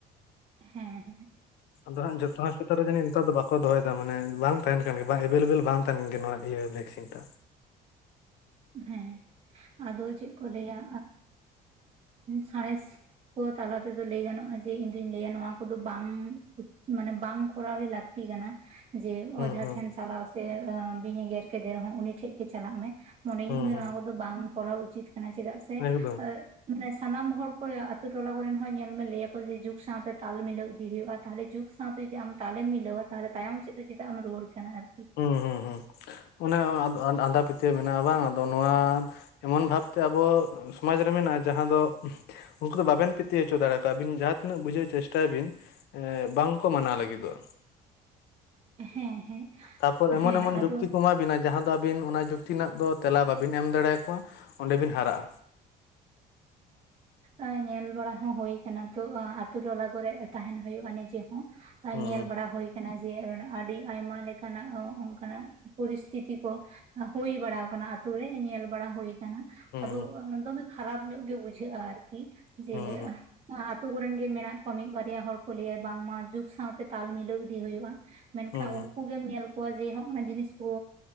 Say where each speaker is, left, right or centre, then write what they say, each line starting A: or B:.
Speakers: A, on the right; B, on the left.
A: ᱦᱮᱸᱻᱦᱮᱸ
B: ᱟᱫᱚ ᱡᱚᱛᱚ ᱦᱟᱥᱯᱤᱛᱟᱞ ᱨᱮᱜᱤ ᱧᱤᱛᱚ ᱫᱚ ᱵᱟᱠ ᱠᱚ ᱫᱚᱦᱚᱭᱮᱫᱟ ᱢᱟᱱᱮ ᱵᱟᱝ ᱛᱟᱦᱮᱱ ᱠᱟᱱ ᱜᱮ ᱵᱟᱝ ᱮᱵᱮᱞᱮᱵᱮᱞ ᱵᱟᱝ ᱛᱟᱦᱮᱱ ᱠᱟᱱ ᱜᱮ ᱱᱚᱣᱟ ᱤᱭᱟᱹ ᱵᱷᱮᱠᱥᱤᱱ ᱛᱟ
A: ᱦᱮᱸ ᱟᱫᱚ ᱪᱮᱫᱠᱩ ᱞᱟᱹᱭᱟ ᱥᱟᱬᱮᱥ ᱠᱚ ᱛᱟᱞᱟ ᱛᱮᱫᱚ ᱞᱟᱹᱭ ᱜᱟᱱᱚᱜᱼᱟ ᱡᱮ ᱤᱧ ᱫᱩᱧ ᱞᱟᱹᱭᱟ ᱱᱚᱣᱟ ᱠᱚᱫᱚ ᱵᱟᱝ ᱢᱟᱱᱮ ᱵᱟᱝ ᱠᱚᱨᱟᱣ ᱜᱮ ᱞᱟᱹᱠᱛᱤ᱾ ᱞᱟᱹᱠᱛᱤ ᱠᱟᱱᱟ᱾ ᱡᱮ
B: ᱦᱩᱸ
A: ᱚᱡᱷᱟ
B: ᱦᱩᱸ
A: ᱴᱷᱮᱱ ᱪᱟᱞᱟᱣ ᱥᱮ ᱵᱤᱧ ᱮ ᱜᱮᱨ ᱠᱮᱫ ᱨᱮᱦᱚᱸ ᱩᱱᱤ ᱴᱷᱮᱱ ᱜᱮ ᱪᱟᱞᱟᱜ ᱢᱮ᱾ ᱢᱚᱱᱮ ᱤᱧ
B: ᱦᱩᱸ
A: ᱫᱚ ᱱᱚᱣᱟ ᱠᱚᱫᱚ ᱵᱟᱝ ᱠᱚᱨᱟᱣ ᱩᱪᱤᱛ ᱠᱟᱱᱟ ᱪᱮᱫᱟᱜ ᱥᱮ
B: ᱦᱩᱸ ᱮᱠᱫᱚᱢ
A: <inaudible> ᱢᱟᱱᱮ ᱥᱟᱱᱟᱢ ᱦᱚᱲ ᱠᱚ ᱟᱛᱳ ᱴᱚᱞᱟ ᱠᱚᱨᱮᱱ ᱦᱚᱸ ᱧᱮᱞ ᱢᱮ ᱞᱟᱹᱭᱟ ᱠᱚ ᱡᱮ ᱡᱩᱜᱽ ᱥᱟᱶᱛᱮ ᱛᱟᱞ ᱢᱤᱞᱟᱹᱣ ᱤᱫᱤ ᱦᱩᱭᱩᱜᱜᱼᱟ ᱛᱚᱞᱮ ᱡᱩᱜᱽ ᱥᱟᱶᱛᱮ ᱡᱩᱫᱤ ᱟᱢ ᱛᱟᱦᱮᱢ ᱢᱤᱞᱟᱹᱣᱟ ᱛᱟᱦᱚᱞᱮ ᱛᱟᱭᱚᱢ ᱥᱮᱫ ᱫᱚ ᱪᱮᱫᱟᱜ ᱮᱢ ᱨᱩᱣᱟᱹᱲ ᱠᱟᱱᱟ ᱟᱨᱠᱤ᱾
B: ᱦᱩᱸ ᱦᱩᱸ ᱦᱩᱸ ᱚᱱᱮ ᱟᱸᱫᱷᱟ ᱯᱟᱹᱛᱭᱟᱹᱣ ᱢᱮᱱᱟᱜᱼᱟ ᱵᱟᱝ ᱟᱫᱚ ᱱᱚᱣᱟ ᱮᱢᱚᱱ ᱵᱷᱟᱵᱛᱮ ᱟᱵᱚ ᱥᱚᱢᱟᱡᱽ ᱨᱮ ᱢᱮᱱᱟᱜᱼᱟ ᱡᱟᱦᱟᱸ ᱫᱚ ᱩᱱᱠᱩ ᱫᱚ ᱵᱟᱵᱮᱱ ᱯᱤᱛᱤᱭᱟᱣ ᱦᱚᱪᱚ ᱫᱟᱲᱮ ᱠᱣᱟ ᱟᱵᱤᱱ ᱡᱟᱦᱟᱸ ᱛᱤᱱᱟᱹᱜ ᱵᱩᱡᱷᱟᱹᱣ ᱪᱮᱥᱴᱟᱭᱟ ᱵᱤᱱ᱾ ᱵᱟᱝᱠᱚ ᱢᱟᱱᱟᱣ ᱞᱟᱹᱜᱤᱫᱚᱜᱼᱟ᱾
A: ᱦᱮᱸ ᱦᱮᱸ
B: ᱛᱯᱚᱨ ᱮᱢᱚᱱ
A: ᱦᱮᱸ
B: ᱮᱢᱚᱱ
A: ᱟᱫᱚ
B: ᱡᱩᱠᱛᱤ ᱠᱚ ᱮᱢᱟ ᱵᱤᱱᱟ ᱡᱟᱦᱟᱸ ᱫᱚ ᱟᱹᱵᱤᱱ ᱚᱱᱟ ᱡᱩᱠᱛᱤ ᱨᱮᱱᱟᱜ ᱫᱚ ᱛᱮᱞᱟ ᱵᱟᱵᱤᱱ ᱮᱢ ᱫᱟᱲᱮᱭᱟᱠᱚᱣᱟ ᱚᱸᱰᱮ ᱵᱤᱱ ᱦᱟᱨᱟᱜᱼᱟ᱾
A: ᱦᱮᱸ ᱧᱮᱞ ᱵᱟᱲᱟ ᱦᱚᱸ ᱦᱩᱭ ᱠᱟᱱᱟ ᱛᱚ ᱟᱛᱳ ᱴᱚᱞᱟ ᱠᱚᱨᱮᱜ ᱛᱟᱦᱮᱱ ᱦᱩᱭᱩᱜᱼᱟ ᱱᱤᱡᱮ ᱦᱚᱸ
B: ᱦᱩᱸ
A: ᱧᱮᱞ ᱵᱟᱲᱟ ᱦᱩᱭ ᱟᱠᱟᱱᱟ ᱡᱮ ᱟᱹᱰᱤ ᱟᱭᱢᱟ ᱞᱮᱠᱟᱱᱟᱜ ᱚᱱᱠᱟᱱᱟᱜ ᱯᱚᱨᱤᱥᱛᱷᱤᱛᱤ ᱠᱚ᱾ ᱦᱩᱭ ᱵᱟᱲᱟ ᱟᱠᱟᱱᱟ ᱟᱛᱳ ᱨᱮ ᱧᱮᱞ ᱵᱟᱲᱟ ᱦᱩᱭ ᱟᱠᱟᱱᱟ᱾
B: ᱦᱩᱸ
A: ᱟᱫᱚ ᱫᱚᱢᱮ ᱠᱷᱟᱨᱟᱯ ᱧᱚᱜ ᱜᱮ ᱵᱩᱡᱷᱟᱹᱜᱼᱟ᱾ ᱟᱨᱠᱤ
B: ᱦᱩᱸ
A: ᱡᱮ ᱟᱛᱳ ᱠᱚ ᱨᱮᱱ ᱜᱮ ᱢᱮᱱᱟᱜ ᱠᱚᱣᱟ ᱢᱤᱫ ᱵᱟᱨᱭᱟ ᱦᱚᱲ ᱠᱚ ᱞᱟᱹᱭᱟ ᱵᱟᱝᱢᱟ ᱡᱩᱜ ᱥᱟᱶᱛᱮ ᱛᱟᱞ ᱢᱤᱞᱟᱹᱣ ᱤᱫᱤ ᱦᱩᱭᱩᱜᱼᱟ᱾ ᱢᱮᱱᱠᱷᱟᱱ
B: ᱦᱩᱸ
A: ᱩᱱᱠᱩ ᱜᱮᱢ ᱧᱮᱞ ᱠᱚᱣᱟ ᱡᱮ ᱦᱚᱜᱼᱱᱟ ᱡᱤᱱᱤᱥ ᱠᱚ